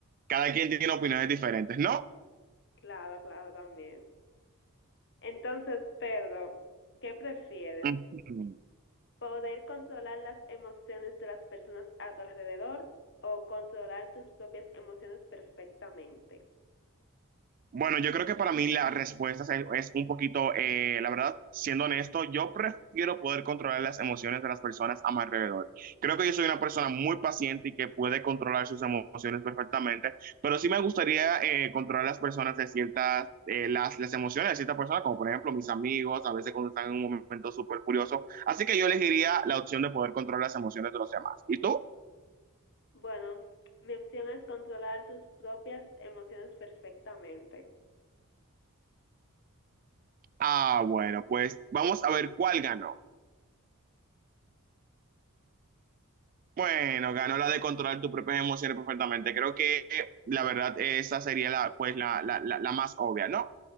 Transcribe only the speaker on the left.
Claro, claro, también. Entonces, Pedro, ¿qué prefieres?
¿Poder controlar las emociones de las personas a tu alrededor o controlar tus propias emociones perfectamente?
Bueno, mi opción es controlar tus propias emociones perfectamente.
Ujú.